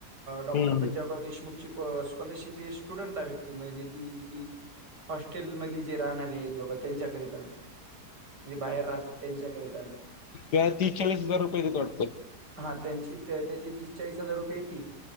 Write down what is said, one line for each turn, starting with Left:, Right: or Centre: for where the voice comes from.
Right: डॉक्टर
Left: हम्म
Right: पंजाबराव देशमुख ची स्कॉलरशिप ही स्टुडंटला भेटते म्हणजे ती की हॉस्टेलमध्ये जे राहणारे एक बाबा त्यांच्याकरिता. जे बाहेर राहतात त्यांच्याकरिता.
Left: त्या तीस चाळीस हजार रुपये येतात वाटत.
Right: हा त्यांची त्याची तीस चाळीस हजार रुपये येती